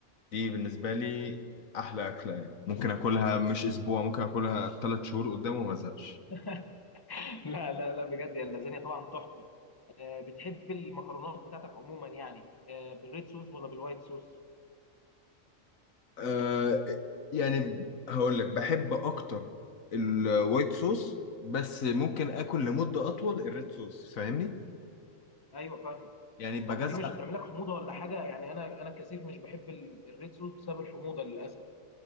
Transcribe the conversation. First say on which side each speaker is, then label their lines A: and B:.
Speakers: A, on the left; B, on the left.
A: دي بالنسبة لي أحلى أكلة يعني ممكن أكلها مش أسبوع ممكن أكلها تلات شهور قدام وما أزهقش
B: <laughs> لا لا لا بجد يا اللازانيا طبعا تحفة آه، بتحب المكرونات بتاعتك عموما يعني آه، بالريد صوص ولا بالوايت صوص
A: آه يعني هقول لك بحب اكتر الوايت صوص بس ممكن اكل لمدة اطول الريد صوص فاهمني
B: ايوه فاهمه
A: يعني بجزع
B: طب ودي مش بتعمل لك حموضة ولا حاجة يعني انا انا كثير مش بحب ال- الريد صوص بسبب الحموضة للاسف